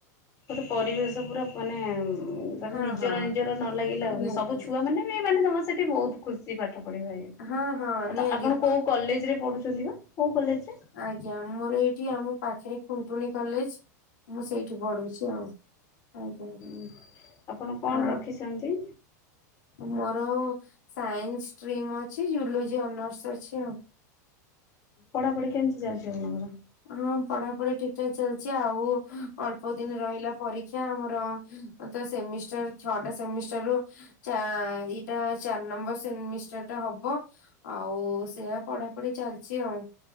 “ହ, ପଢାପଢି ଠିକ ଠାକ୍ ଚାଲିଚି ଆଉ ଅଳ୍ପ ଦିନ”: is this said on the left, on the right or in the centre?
Left